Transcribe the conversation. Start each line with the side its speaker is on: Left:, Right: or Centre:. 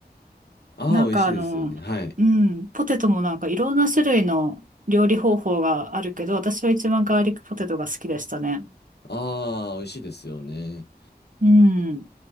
Left: ああ、
Right: なんかあの、
Left: 美味しいですよね。はい。
Right: うん、ポテトもなんかいろんな種類の料理方法があるけど、私は一番ガーリックポテトが好きでしたね。
Left: ああ、美味しいですよね。
Right: うん。